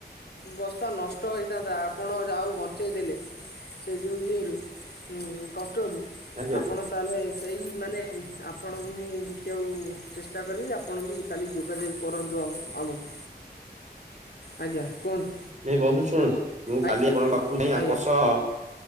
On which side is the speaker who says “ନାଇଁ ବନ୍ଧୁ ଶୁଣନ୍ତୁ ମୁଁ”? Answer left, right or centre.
Right